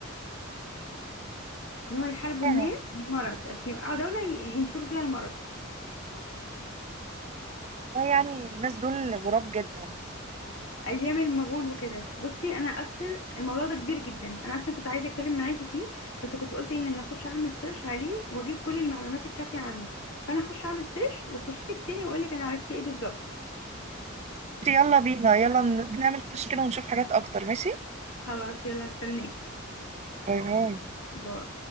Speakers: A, on the left; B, on the right.
A: ان هم يحاربوا
B: آه.
A: الناس بالمرض عشان يوقعوا دولة ي- ينشروا فيها المرض
B: يعني الناس دول غراب جدا
A: ايام المغول وكده بصي انا اصل الموضوع ده كبير جدا انا اصلا كنت عايزه اتكلم معاكي فيه بس كنت قلت ايه ان اخش اعمل سيرش عليه واجيب كل المعلومات الكافيه عنه فانا اخش اعمل سيرش واخش لك تاني واقول لك انا عرفت ايه بالظبط
B: يلا بينا يلا نعمل فيش كده ونشوف حاجات اكتر ماشي
A: خلاص يلا هستناكي
B: باي باي
A: باي